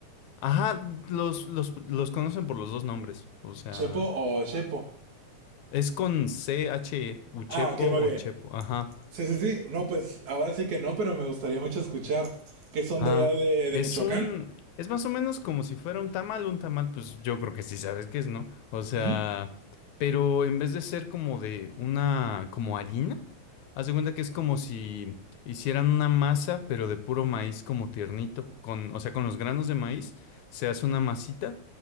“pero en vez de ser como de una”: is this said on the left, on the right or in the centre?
Left